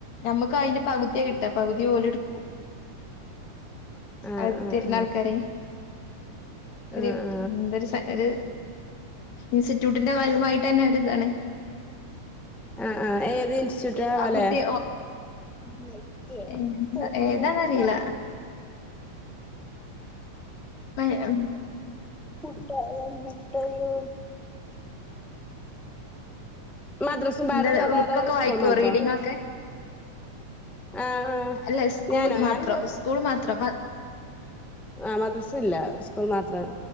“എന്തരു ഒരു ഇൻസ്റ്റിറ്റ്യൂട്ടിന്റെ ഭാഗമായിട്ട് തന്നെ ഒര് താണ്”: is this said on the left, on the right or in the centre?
Left